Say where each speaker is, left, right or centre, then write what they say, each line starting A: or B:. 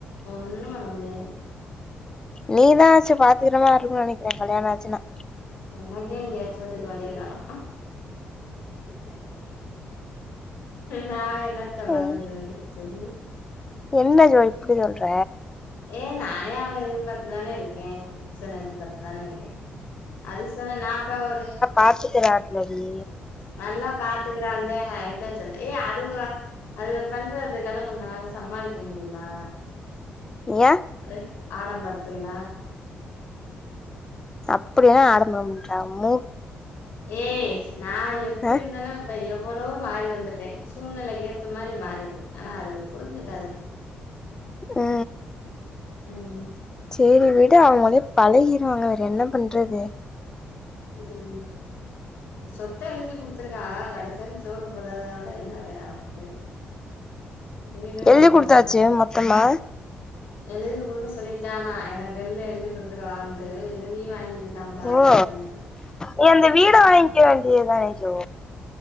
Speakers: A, on the left (about 80°); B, on the left (about 20°).
A: ஒண்ணு பண்ண முடியாது
B: நீதான் ஆச்சு பாத்துக்கிறமா இருக்கும்னு நெனைக்கிறே கல்யாண ஆச்சுனா
A: எனக்கே எங்கயாச்சு போததுக்கு வழிய காணு வேற என்னத்த பாத்துகறது
B: ஐய்
A: சொல்லு
B: என்ன ஜோ இப்படி சொல்ற
A: ஏ நானே அவன எதிர்பாத்துதான இருக்கே புருஷனை எதிர்பாத்து தான இருக்கே அதுக் சொன்னா நா இப்ப ஒரு
B: பாத்துக்கிறார்லடி
A: நல்லா பாத்துக்கிறாந்தா அதுக்தா சொல்லே ஏய் அதுக்கு அது பண்றதுக்கெல்ல நம்மளால சமாளிக்க முடியுமா
B: யா
A: அது ஆடம்பரத்துள
B: அப்டியென்ன ஆடம்பரம் <unintelligible>
A: ஏய் நா எப்டி
B: அ
A: இருந்தனோ இப்ப எவ்வளோ மாரி வந்துட்டே சூழ்நிலைக்கு ஏத்த மாரி மாறிட்டே ஆனா அது புரிஞ்சுக்காது
B: அ அ
A: ம்
B: சேரி வீடு அவங்களே பழகிடுவாங்க வேற என்ன பண்றது
A: ம் சொத்த எழுதி குடுத்துருக்கா கடைசி வர சோறு போடுறத விட என்ன வேல அவனுக்கு வீடு
B: சொல்லி
A: அவகள்ட்ட
B: குடுத்தாச்சு
A: இருக்கு
B: மொத்தமா
A: எழுதி குடுக்க சொல்லிட்டானா எனக்கு எழுது எழுதி குடுத் பத்து ரூவான்ட்டு எழுதியு வாங்கிக்கிட்டான்ப்பா
B: ஓ
A: எல்லாத்தையு
B: நீ அந்த வீடு வாங்கிக்க வேண்டியதுதானடி